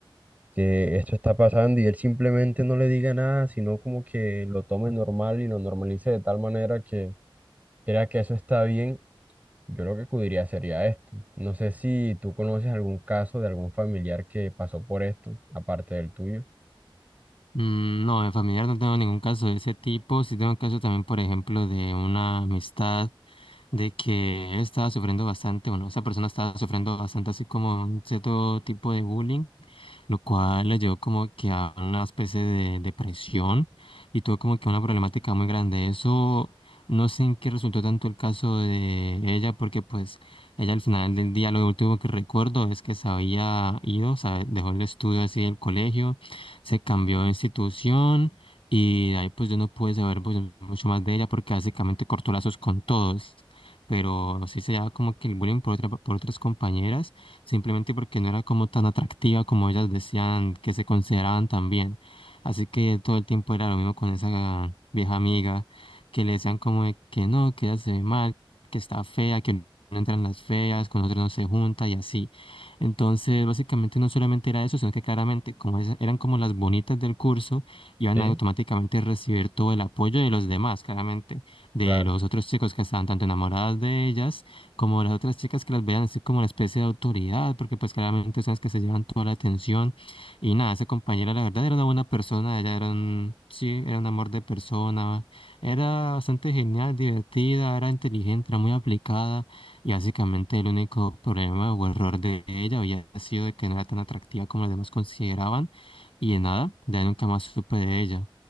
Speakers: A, on the right; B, on the left.
A: que esto está pasando y él simplemente no le diga nada, sino como que lo tome normal y lo normalice de tal manera que crea que eso está bien yo lo que acudiría sería esto. No sé si tú conoces algún caso de algún familiar que pasó por esto, aparte del tuyo.
B: Mm, No, de familiar no tengo ningún caso de ese tipo. Sí tengo un caso también, por ejemplo, de una amistad de que él estaba sufriendo bastante, bueno, esa persona estaba sufriendo bastante así como un cierto tipo de bullying lo cual le llevó como que a una especie de depresión y tuvo como que una problemática muy grande. Eso no sé en qué resultó tanto el caso de ella, porque pues ella al final del día lo último que recuerdo es que se había ido, o sea, dejó el estudio así del colegio, se cambió de institución. Y de ahí pues yo no pude saber pues, mucho más de ella porque básicamente cortó lazos con todos. Pero sí se llevaba como que el bullying por otra, por otras compañeras simplemente porque no era como tan atractiva como ellas decían que se consideraban también. Así que todo el tiempo era lo mismo con esa vieja amiga, que le decían como de que no, que ella se ve mal, que está fea, que no entran las feas, con nosotros no se junta y así. Entonces, básicamente no solamente era eso, sino que claramente, como esas eran como las bonitas del curso, iban
A: Sí,
B: a automáticamente recibir todo el apoyo de los demás, claramente, de
A: claro,
B: los otros chicos que estaban tanto enamoradas de ellas como las otras chicas que las vean así como la especie de autoridad, porque pues claramente son las que se llevan toda la atención. Y nada, esa compañera la verdad era una buena persona, ella era un, sí, era un amor de persona, era bastante genial, divertida, era inteligente, era muy aplicada y básicamente el único problema o error de ella había sido de que no era tan atractiva como los demás consideraban y de nada, de ahí nunca más supe de ella.